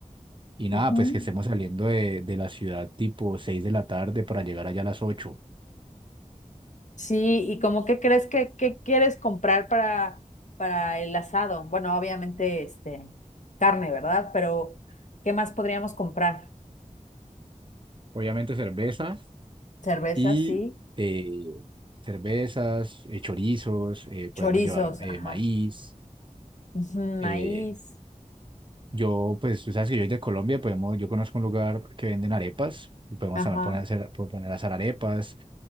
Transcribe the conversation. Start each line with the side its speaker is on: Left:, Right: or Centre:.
Right: Y nada,
Left: Ujú.
Right: pues que estemos saliendo de, de la ciudad tipo 6 de la tarde para llegar allá a las ocho
Left: Sí, y como qué crees que qué quieres comprar para para el asado? Bueno, obviamente este carne, ¿verdad? Pero ¿qué más podríamos comprar?
Right: Obviamente cerveza
Left: Cervezas,
Right: y
Left: sí,
Right: eh, cervezas, eh, chorizos, eh,
Left: chorizos,
Right: podemos llevar eh,
Left: ajá.
Right: maíz.
Left: Ujú,
Right: eh,
Left: maíz,
Right: yo, pues tú sabes que yo soy de Colombia, podemos, yo conozco un lugar que venden arepas y podemos
Left: ajá.
Right: también poner a hacer, po- poner a hacer arepas